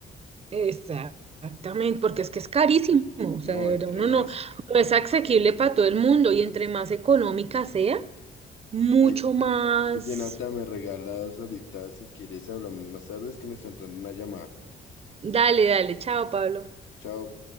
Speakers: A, on the right; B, on the left.
A: Exactamente, Porque es que es carísimo. O sea,
B: No,
A: de
B: entre
A: verdad, uno
B: más...
A: no, no es asequible para todo el mundo. Y entre más económica sea, mucho
B: Ay,
A: más.
B: oye, Nata, me regalas ahorita, si quieres hablamos más tarde, es que me está entrando una llamada.
A: Dale, dale, chao, Pablo.
B: Chao.